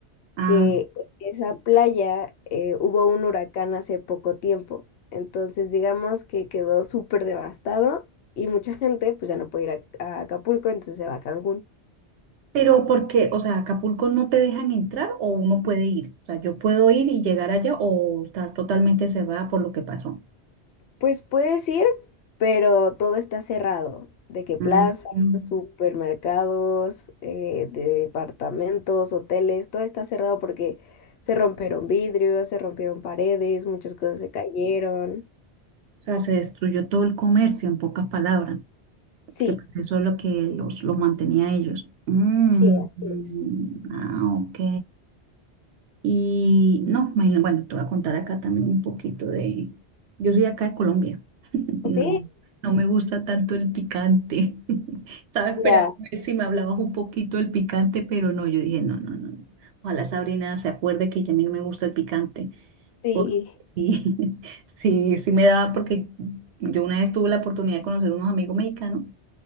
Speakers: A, on the right (about 80°); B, on the left (about 75°).
A: Ah,
B: que en esa playa eh, hubo un huracán hace poco tiempo. Entonces, digamos que quedó súper devastado y mucha gente pues ya no puede ir a, a Acapulco, entonces se va a Cancún.
A: Pero porque, o sea, Acapulco no te dejan entrar o uno puede ir. O sea, yo puedo ir y llegar allá o está totalmente cerrada por lo que pasó.
B: Pues puedes ir, pero todo está cerrado, de que plazas,
A: Mm, mm.
B: supermercados, eh, departamentos, hoteles, todo está cerrado porque se rompieron vidrios, se rompieron paredes, muchas cosas se cayeron.
A: O sea, se destruyó todo el comercio, en pocas palabras,
B: Sí,
A: que pues eso es lo que los, los mantenía a ellos. Mm,
B: sí, así
A: mm,
B: es.
A: ah, ok. Y no, imagina- bueno, te voy a contar acá también un poquito de... Yo soy acá de Colombia. No,
B: Ok,
A: no me gusta tanto el picante. <laughs> Estaba esperando
B: ya.
A: a ver si me hablabas un poquito del picante, pero no, yo dije, no, no, no. no. Ojalá Sabrina se acuerde que a mí no me gusta el picante.
B: Sí,
A: Porque sí, <laughs> sí, sí me daba, porque yo una vez tuve la oportunidad de conocer unos amigos mexicanos.